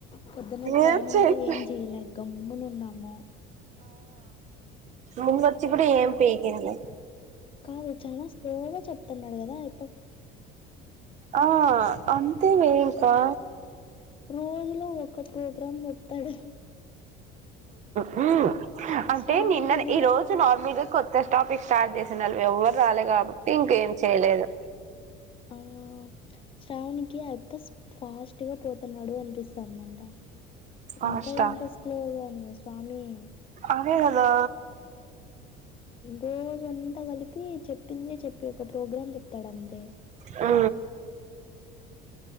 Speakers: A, on the left (about 25°); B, on the right (about 35°).
A: పొద్దున్న ట్రైనింగ్లో
B: ఏం చెప్పి
A: ఏం చెయ్యాలా అక్క గమ్మునున్నాము
B: ముందోచ్చి కూడా ఏం పీకింద్లే
A: కాదు చాలా స్లోగా చెప్తున్నాడు కదా ఇప్
B: ఆ అంతే నే గా
A: రోజు లో ఒక ప్రోగ్రాం చెప్తాడు
B: హ అంటే
A: శ్రావణికి
B: నిన్న
A: అది
B: ఈ
A: కూడా
B: రోజు
A: ఫాస్ట్
B: నార్మల్గా కొత్త టాపిక్ స్టార్ట్ చేసినారూ ఎవ్వరు రాలే కాబట్టి ఇంక ఏం చేయలేదు
A: ఆ శ్రావణికిి ఆ అబ్బాయి ఫాస్ట్ గా పోతున్నాడు అనిపి స్తాందంట
B: ఫాస్టా
A: ఇంకా ఎంత స్లోగానే స్వామి
B: అదే కదా
A: రోజు అంతా కలిపి చెప్పిందే చెప్పి ఒక ప్రోగ్రామ్ చెప్తాడు అంతే
B: ఆ